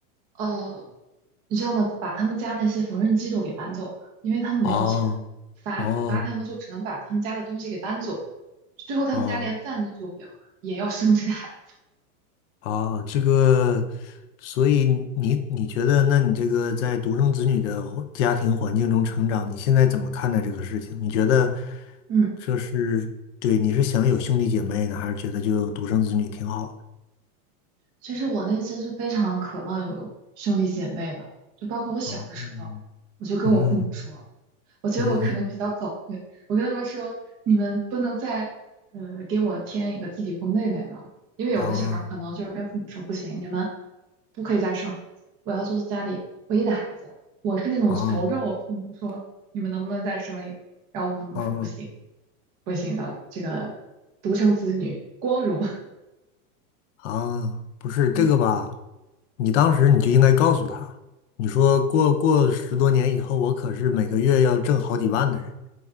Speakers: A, on the right (about 20°); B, on the left (about 55°).
A: 呃，你知道吗？把他们家那些缝纫机都给搬走了，因为他们没有钱，
B: 哦，
A: 罚罚他们就只能把他们家的东西给搬走。
B: 哦，
A: 最后他们家连饭都做不了了，
B: 哦，
A: 也要生这个孩子。
B: 哦，这个，所以你你觉得，那你这个在独生子女的环家庭环境中成长，你现在怎么看待这个事情？你觉得
A: 嗯。
B: 这是对，你是想有兄弟姐妹呢，还是觉得就独生子女挺好的？
A: 其实我内心是非常渴望有兄弟姐妹的，就包括我小的时候，
B: 哦，嗯
A: 我就跟我父母说，
B: 嗯
A: 我觉得我可能比较早慧，
B: 嗯，
A: 我跟他们说，你们不能再呃给我添一个弟弟或妹妹吧，因为有的小孩儿可能就是跟父母说不行，
B: 哦
A: 你们不可以再生孩子，我要做家里唯一的孩子，我是那种求着我父母，
B: 哦
A: 你们能不能再生一个？然后我父母说不行，
B: 哦。
A: 不行的，这个独生子女光荣，
B: 啊，不是这个吧？
A: <laughs> 嗯
B: 你当时你就应该告诉他，你说过过十多年以后，我可是每个月要挣好几万的人，